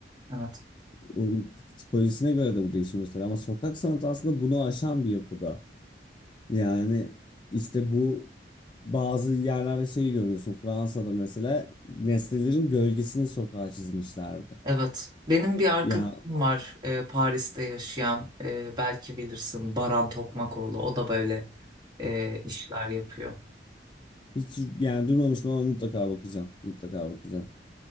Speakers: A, on the right; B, on the left.
A: Evet.
B: O tipolojisine göre de bu değişim gösteriyor. Ama sokak sanatı aslında bunu aşan bir yapıda. Yani işte bu bazı yerlerde şey görüyorsun. Fransa'da mesela nesnelerin gölgesini sokağa çizmişlerdi.
A: Evet. Benim bir arkadaşım
B: Ya <laughs>
A: var e, Paris'te yaşayan e, belki bilirsin Baran Tokmakoğlu. O da böyle e, işler yapıyor.
B: hiç yani duymamıştım ama mutlaka bakacağım. Mutlaka bakacağım.